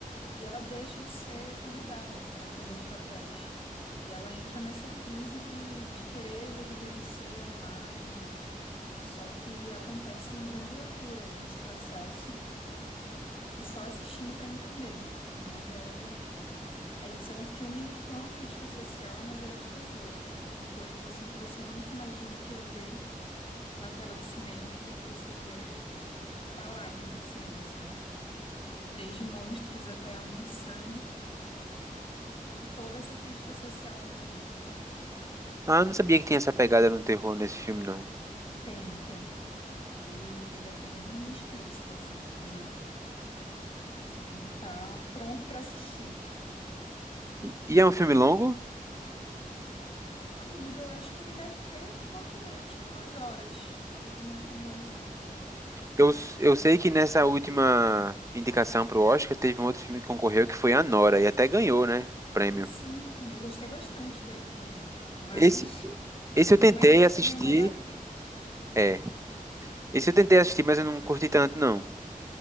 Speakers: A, on the left (about 40°); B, on the right (about 20°).
A: e ela deixa de ser convidada para fazer os papéis. E ela entra nessa crise de, de querer rejuvenescer a imagem, só que acontece uma grande loucura aí nesse processo que só assistindo pra entender. Mas é, é isso, é um filme que tem uma crítica social, mas ele é de terror. Tem coisas assim que você nunca imagina que ia ver na tela do cinema e quando você vê, tá lá acontecendo assim. Desde monstros até muito sangue e toda essa crítica social no fundo.
B: Ah, eu não sabia que tinha essa pegada no terror nesse filme, não.
A: Tem, tem. Ele, ele é bem explícito assim, inclusive. Você tem que estar pronto pra assistir.
B: E, e é um filme longo?
A: Amigo, eu acho que ele deve ter pouco menos que duas horas. Ele não é tão longo, não.
B: Eu, s- eu sei que nessa última indicação pro Oscar teve um outro filme que concorreu que foi Anora, e até ganhou, né? o Prêmio.
A: Sim, eu gostei bastante dele também. Mas
B: Esse, esse eu
A: não
B: tentei
A: era pra
B: assistir.
A: ter ganho melhor atriz.
B: É, Esse eu tentei assistir, mas eu não curti tanto, não.